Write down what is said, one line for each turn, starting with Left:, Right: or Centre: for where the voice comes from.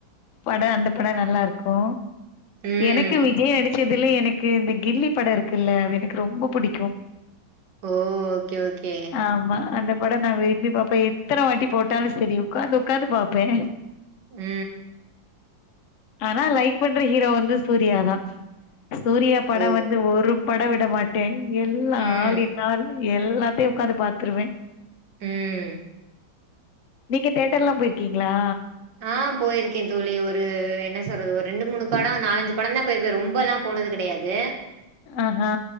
Left: பட அந்த பட நல்லாருக்கு
Right: ம்.
Left: எனக் க்கு விஜய் நடிச்சதுல எனக்கு இந்த கில்லி படோ இருக்குல்ல அது எனக்கு ரொம்ப புடிக்கு
Right: ஓ ஓக்கே ஓக்கே
Left: ஆமா அந்த படோ நா விரும்பி பாப்பே எத்தனவாட்டி போட்டாலு செரி உட்காந்து உட்காந்து பாப்பே
Right: ம்
Left: ஆனா லைக் பண்ற ஹீரோ வந்து சூர்யா தா சூர்யா படொ
Right: ஓ!
Left: வந்து ஒரு படொ விடமாட் டென் எல்லா
Right: ம்.
Left: ஆல் இன் ஆல் எல்லாத்தை உக்காந்து பாத்துருவே
Right: ம்
Left: நீங்க தேட்டர்லா போய்ர்க்கிங்ளா
Right: ஆ போயிருக்கே தோழி ஒரு என்ன சொறது ஒரு ரெண்டு மூணு படோ நாலஞ்சு படந்தா போயிருப்ப ரொம்பலா போனது கடையாது
Left: ஆஹா.